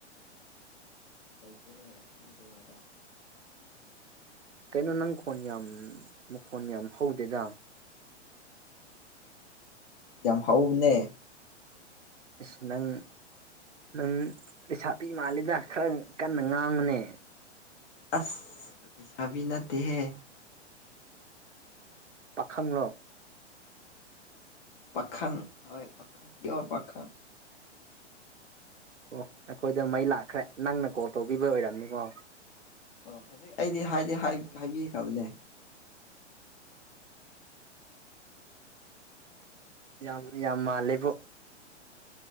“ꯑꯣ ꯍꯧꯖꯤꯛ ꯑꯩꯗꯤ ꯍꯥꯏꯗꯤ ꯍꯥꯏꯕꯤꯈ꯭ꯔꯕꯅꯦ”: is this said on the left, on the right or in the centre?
Left